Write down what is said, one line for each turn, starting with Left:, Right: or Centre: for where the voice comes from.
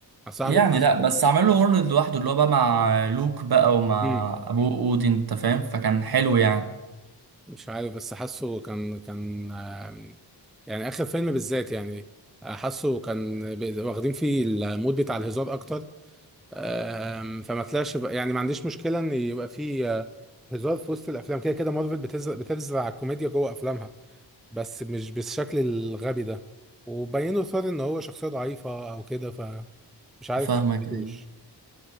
Centre: الصراحه
Right: يعني
Centre: كنت حاسه
Right: لا بس عملوا وورلد لوحده اللي هو بقى مع لوك بقى ومع
Centre: مم.
Right: ابوه اودين انت فاهم فكان حلو يعني
Centre: مش عارف بس حاسه كان كان آم، يعني اخر فيلم بالذات يعني آه، حاسه كان بي- واخدين فيه المود بتاع الهزار اكتر آم، فما طلعش بقى- يعني ما عنديش مشكله ان يبقى فيه آه، هزار في وسط الافلام كده كده مارفل بتزرع بتزرع الكوميديا جوه افلامها بس مش بالشكل الغبي ده وبينوا ثور ان هو شخصيه ضعيفه او كده فمش عارف
Right: فاهمك
Centre: ما حبيتهوش
Right: أيوه.